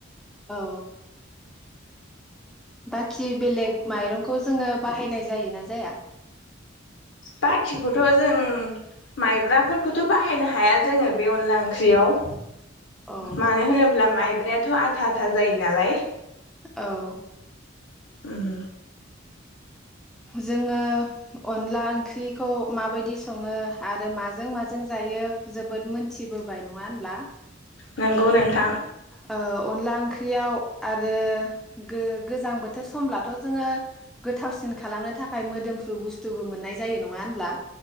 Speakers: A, in the centre; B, on the left (about 70°).
A: औ बाखि बेलेग माइरंखौ जोङो बाहायनाय जायोना जाया
B: बाखिखौथ' जों माइब्राफोरखौथ' बाहायनो हाया जोङो बे अनला ओंख्रियाव
A: औ
B: मानो होनोब्ला माइब्रायाथ' आथा था जायो नालाय
A: औ
B: उम
A: जोङो अनला ओंख्रिखौ माबायदि सङो आरो माजों माजों जायो जोबोद मोनथिबोबाय नङा होनब्ला
B: नोंगौ नोंथां
A: ओ अनला ओंख्रियाव आरो गो गोजां बोथोर समब्लाथ' जोङो गोथावसि खालामनो थाखाय मोदोमफ्रु बुस्थुबो मोननाय जायो नङा होनब्ला?